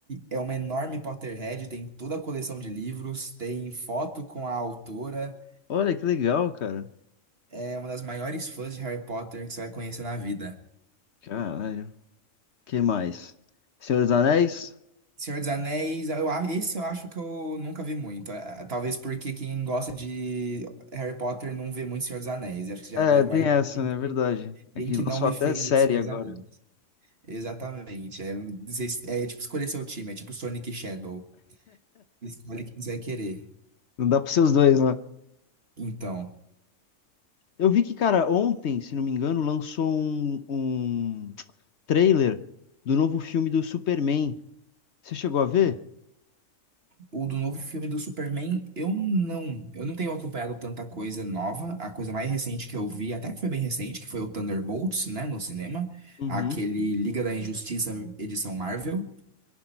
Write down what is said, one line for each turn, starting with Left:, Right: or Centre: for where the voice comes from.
Right: é uma enorme Potterhead, tem toda a coleção de livros, tem foto com a autora.
Left: Olha, que legal, cara.
Right: É uma das maiores fãs de Harry Potter que você vai conhecer na vida.
Left: Caralho. Que mais? Senhor dos Anéis?
Right: Senhor dos Anéis, eu, a- esse eu acho que eu nunca vi muito. Eh, Talvez porque quem gosta de Harry Potter não vê muito Senhor dos Anéis. Acho que já
Left: É,
Right: deve
Left: tem
Right: imaginar
Left: essa,
Right: quem
Left: né?
Right: que,
Left: É verdade. É
Right: quem
Left: que
Right: que
Left: lançou
Right: não me
Left: até
Right: fez
Left: série
Right: ver Senhor
Left: agora.
Right: dos Anéis. Exatamente. É, vocês- é tipo escolher seu time, é tipo Sonic e Shadow. Escolhe quem você vai querer.
Left: Não dá pra ser os dois, né?
Right: Então.
Left: Eu vi que, cara, ontem, se não me engano, lançou um, um trailer do novo filme do Superman. Você chegou a ver?
Right: O do novo filme do Superman, eu não. Eu não tenho acompanhado tanta coisa nova. A coisa mais recente que eu vi, até que foi bem recente, que foi o Thunderbolts, né, no cinema.
Left: Uhum.
Right: Aquele Liga da Injustiça edição Marvel,